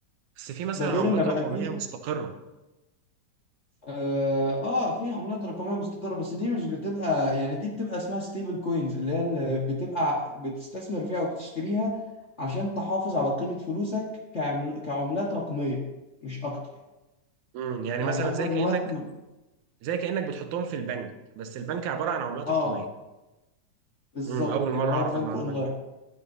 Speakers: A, on the right; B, on the left.
A: بس في مثلا
B: ده غير
A: عملات
B: ان بقى
A: رقميه
B: فيه
A: مستقره
B: اه آه، في عملات رقميه مستقره بس دي مش بتبقى يعني دي بتبقى اسمها ستيبل كوينز اللي هي اللي بتبقى بتستثمر فيها او بتشتريها عشان تحافظ على قيمه فلوسك كعمل كعملات رقميه مش اكتر
A: امم يعني
B: يعني
A: مثلا
B: اغلب
A: زي كأنك
B: الوقت م-
A: زي كأنك بتحطهم في البنك بس البنك عبارة عن عملات
B: اه
A: رقمية
B: بالظبط
A: امم أول مرة
B: يعني هو
A: أعرف
B: البنك
A: المعلومة
B: اونلاين
A: دي